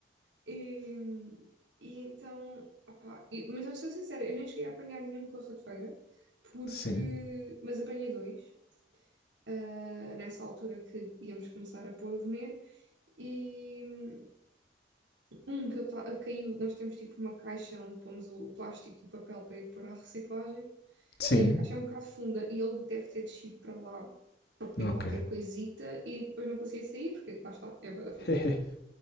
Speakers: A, on the right (about 80°); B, on the left (about 55°).
A: E, e então, ah pá, e- mas eu sou sincera, eu nem cheguei a apanhar nenhum com a ratoeira, porque,
B: Sim.
A: mas apanhei dois. ah, nessa altura que íamos começar a pôr o veneno. E hum, um que eu ta- eh, caiu, nós temos tipo uma caixa onde pomos o plástico e o papel para ir pôr à reciclagem,
B: Sim.
A: e a caixa é um bocado funda, e ele deve ter descido para lá para comer
B: Ok.
A: qualquer coisita e depois não conseguia sair, porque lá está, é bué da funda.
B: <laughs>
A: <laughs>